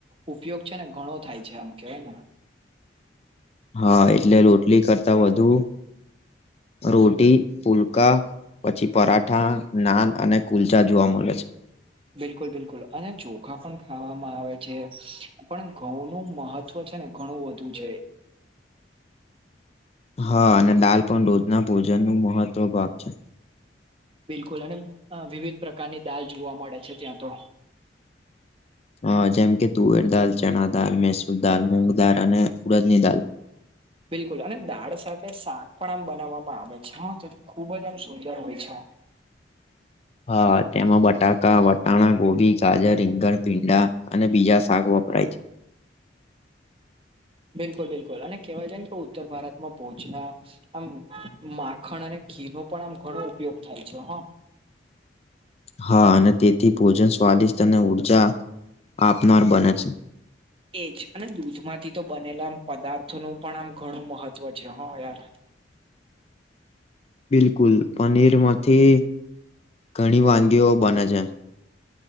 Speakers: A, on the right; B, on the left.
A: ઉપયોગ છે ને ઘણો થાય છે આમ કેવાય ને.
B: હા એટલે રોટલી કરતા વધુ રોટી ફુલકા પછી પરાઠા, નાન અને કુલચા જોવા મળે છે.
A: બિલકુલ બિલકુલ અને ચોખા પણ ખાવામાં આવે છે પણ ઘઉનું મહત્વ છે ને ઘણું વધુ છે.
B: હા અને દાલ પણ રોજના ભોજન નું મહત્વ ભાગ છે.
A: બિલકુલ અને વિવિધ પ્રકારની દાળ જોવા મળે છે ત્યાં તો.
B: હ જેમ કે તુવેર દાળ, ચણા દાળ, મૈસુર દાળ, મૂંગ દાળ અને ઉડદની દાળ.
A: બિલકુલ અને દાળ સાથે શાક પણ આમ બનાવવામાં આવે છે તો ખુબ જ આમ સુંદર હોય છે.
B: હા તેમાં બટાકા, વટાણા, ગોબી. ગાજર, રીંગણ, ભીંડા અને બીજા શાક વપરાય છે.
A: બિલકુલ બિલકુલ અને કહેવાય જાય ને કે ઉત્તર ભારતમાં ભોજના આમ માખણ અને ઘી નો પણ આમ ઘણો ઉપયોગ થાય છે.
B: હા અને તેથી ભોજન સ્વાદિષ્ટ અને ઉર્જા આપનાર બને છે.
A: એજ અને દૂધ માંથી તો બનેલા આમ પદાર્થોનું પણ આમ ઘણું મહત્વ છે હા યાર.
B: બિલકુલ પનીરમાંથી ઘણી વાનગીઓ બને છે.